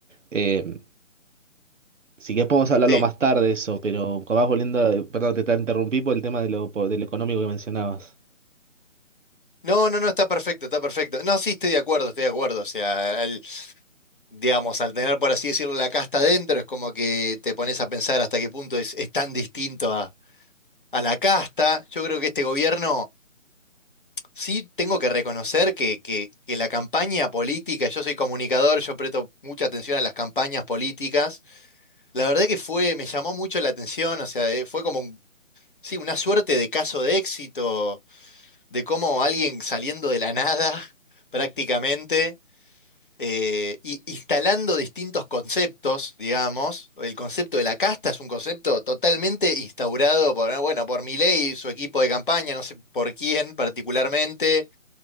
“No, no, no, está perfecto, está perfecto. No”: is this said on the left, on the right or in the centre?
Left